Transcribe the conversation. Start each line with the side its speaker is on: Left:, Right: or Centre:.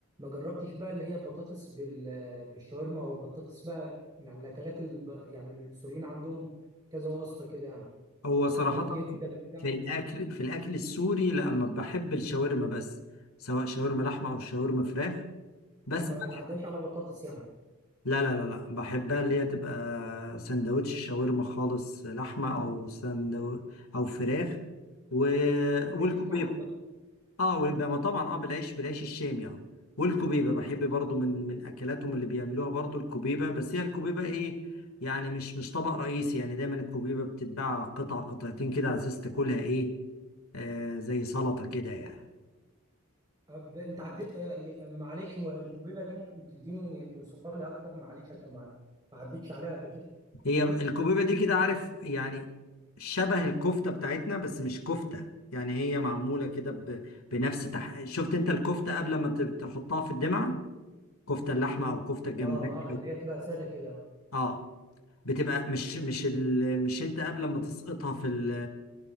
Right: جربتش بقى اللي هي بطاطس بال- بالشاورما او بطاطس بقى يعني الاكلات الب... يعني السوريين عندهم كذا وصفة كده يعني
Left: هو صراحه
Right: بالكبدة بالبتاع
Left: في الاكل في الاكل السوري لما بحب الشاورما بس سواء شاورما لحمه او شاورما فراخ بس
Right: يعني ما
Left: بحب
Right: بتعداش على بطاطس يعني
Left: لا لا لا لا بحبها اللي هي تبقى سندوتش شاورما خالص لحمه او سندو او فراخ و...
Right: العيش
Left: والكوبيبه
Right: بتاعهم بقى
Left: اه والب- ما طبعا اه بالعيش بالعيش الشامي اه والكبيبه بحب برضو من من اكلاتهم اللي بيعملوها برضو الكبيبه بس هي الكبيبه ايه يعني مش مش طبق رئيسي يعني دايما الكبيبه بتتباع قطع قطعتين كده على اساس تاكلها ايه آه زي سلطه كده يعني
Right: أب... انت عديت آه، ي- معلش هو الكوبيبة دي ممكن تديني توصفها لي اكتر معلش عشان ما عد- ما عدتش عليها قبل كده
Left: هي الكبيبه دي كده عارف يعني شبه الكفته بتاعتنا بس مش كفته يعني هي معموله كده ب- بنفس تح... شفت انت الكفته قبل ما ت- تحطها في الدمعه كفته اللحمه او كفته الجمبري
Right: اه اه اللي هي تبقى سادة كده
Left: اه بتبقى مش مش ال... مش انت قبل ما تسقطها في ال...